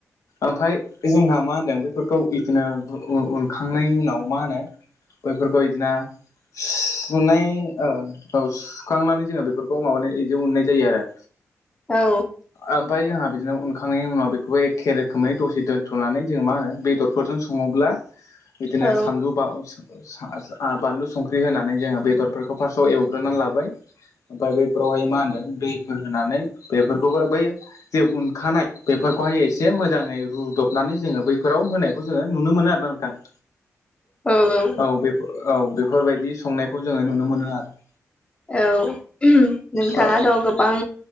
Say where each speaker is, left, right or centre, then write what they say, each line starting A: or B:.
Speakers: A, on the left; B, on the left.
A: ओमफाय जोंहा मा होनदों बेफोरखौ बिदिनो उनखांनायनि उनाव मा होनो बैफोरखौ बिदिना सुनाय ओ औ सुखांनानै जोङो बेफोरखौ माबानाय बिदि उननाय जायो आरो।
B: औ।
A: ओमफ्राय जोंहा बिदिनो उनखांनायनि उनाव बेखौबो एखे रोखोमै दसे दोन्थ'नानै जों मा होनो बेदर फोरजों सङोब्ला बिदिनो
B: औ
A: सानलु बा सा आ बानलु संख्रि होनानै जोङो बेदरफोरखौ फार्स्टआव एव ग्रोनानै लाबाय ओमफाय बैफोरावहाय मा होनदों दैफोर होनानै बेफोरखौबो बै जे उनखानाय बेफोरखौहाय एसे मोजाङै रुदबनानै जोङो बैफोराव होनायखौ जोङो नुनो मोनो आरोना नोंथां। <inaudible>
B: औ औ।
A: औ बे औ बेफोरबायदि संनायखौ जोङो नुनो मोनो आरो।
B: औ नोंथाङाथ'
A: औ
B: गोबां